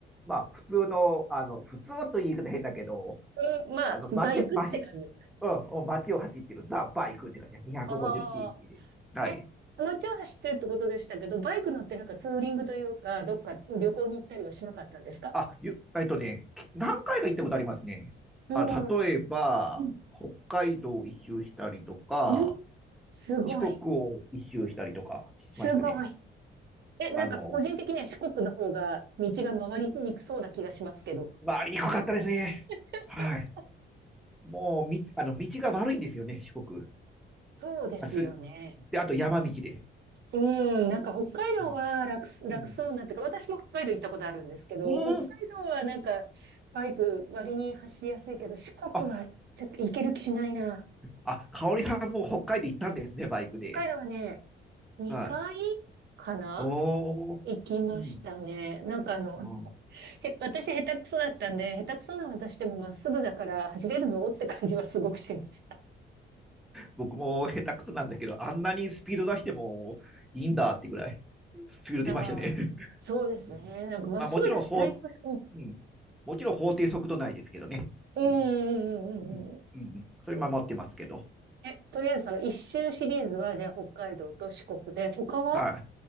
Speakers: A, in the centre; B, on the right.
A: まあ、普通の、あの、普通という言い方変だけど、
B: え、うん、まあ、
A: あの、街、
B: バイクって感じ。
A: 街、うん、うん街を走ってるザ・バイクって感じ。250cc
B: あ
A: で。
B: あ、
A: はい。
B: え、そのうちは走ってるってことでしたけど、バイク乗ってなんかツーリングというか、どっか旅行に行ったりはしなかったんですか
A: あ、ゆ、えっとね、き何回か行ったことありますね。
B: うん。
A: あの、例えば、
B: うん
A: 北海道を一周したりとか、
B: うんすごい。
A: 四国を一周したりとかしましたね。
B: すごい。え、なんか個人的には四国の方が道が回りにくそうな気がしますけど。
A: あの、回りにくかったですね。
B: <laughs>
A: はい。もう、み、あの、道が悪いんですよね、四国。
B: そうですよね。
A: あ、す、で、あと山道で。
B: うん、なんか北海道は楽す、
A: うん。
B: 楽そうなってか、
A: うん。
B: 私も北海道行ったことあるんですけど、
A: うん。
B: 北海道はなんかバイク割に走りやすいけど、四国はちょっと行ける気しないな。
A: あ、あ、香織さんも北海道行ったんですね、バイクで。
B: 北海道はね、2回
A: はい。
B: かな
A: おー。
B: 行きましたね。
A: うん。
B: なんかあの、
A: うん
B: へ、私下手くそだったんで、下手くそな私でもまっすぐだから走れるぞって感じはすごくしました。
A: 僕も下手くそなんだけど、あんなにスピード出してもいいんだってぐらい、スピード出ましたね。
B: ああ
A: <laughs>
B: そうですね。
A: うんまあ、
B: なんか、まっすぐだし、
A: もちろん法、
B: 対抗、
A: うん、もちろん法定速度内ですけどね。
B: うん、
A: うん、
B: うん、うん、
A: うん、
B: うん、うんうん。
A: うん、
B: そ
A: それ守ってますけど。
B: う。え、とりあえずその一周シリーズは、じゃあ北海道と四国で、他は
A: は